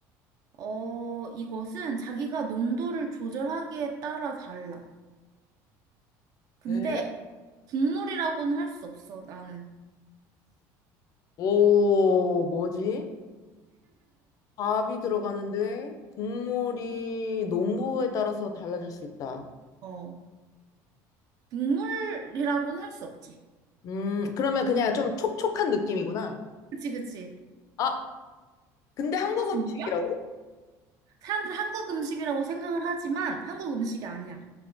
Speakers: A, on the right (about 50°); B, on the left (about 45°).
A: 어, 이것은 자기가 농도를 조절하기에 따라 달라. 근데
B: 에?
A: 국물이라고는 할 수 없어, 나는.
B: 오, 뭐지? 밥이 들어가는데 국물이 농도에 따라서 달라질 수 있다.
A: 어. 국물이라고는 할 수 없지.
B: 음, 그러면 그냥
A: 음.
B: 좀 촉촉한 느낌이구나.
A: 그치, 그치.
B: 아, 근데 한국
A: 또 음식이야?
B: 음식이라고?
A: 사람들 한국 음식이라고 생각을 하지만 한국 음식이 아니야.